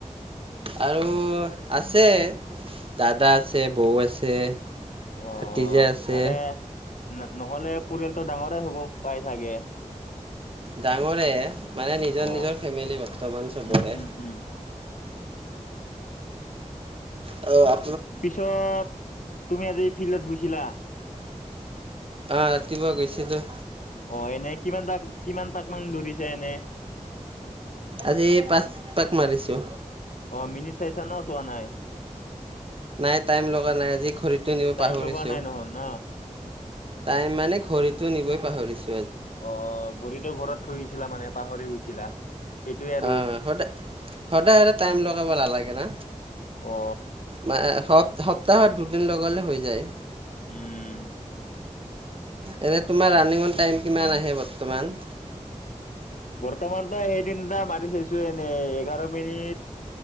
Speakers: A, on the right (about 45°); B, on the left (about 75°).
A: আৰু আছে দাদা আছে বৌ আছে
B: অ
A: ভাতিজা আছে
B: ভালনে ন নহ'লে পৰিয়ালটো ডাঙৰে হ'ব পাই চাগে
A: ডাঙৰে মানে নিজৰ
B: অ
A: নিজৰ ফেমিলি বৰ্তমান চবৰে
B: উম উম উম
A: অ
B: পিছত তুমি আজি ফিল্ডত গৈছিলা
A: অহ ৰাতিপুৱা গৈছিলো
B: অ এনে কিমানটা কিমান পাক কিমান দৌৰিছে এনে
A: আজি পাঁচ পাক মাৰিছো।
B: অ মিনিট চাইছা ন চোৱা নাই
A: নাই টাইম লগা নাই আজি ঘড়ীটো নিব
B: টাইম
A: পাহৰিছোঁ
B: লগোৱা নাই নহল ন
A: তাই মানে ঘড়ীটো নিবই পাহৰিছো
B: অ ঘড়ীটো ঘৰত থৈ আহিছিলা মানে পাহৰি গৈছিলা সেইটোৱে আৰু
A: অ সদায় সদায় সদায় টাইম লগাব নালাগে না
B: অ
A: মা হওক সপ্তাহত দুদিন লগালে হৈ যায়
B: উম
A: এনে তোমাৰ ৰানিঙৰ টাইম কিমান আহে বৰ্তমান?
B: বৰ্তমান তই সেইদিন এটা মাৰি চাইছো এনেই এঘাৰ মিনিট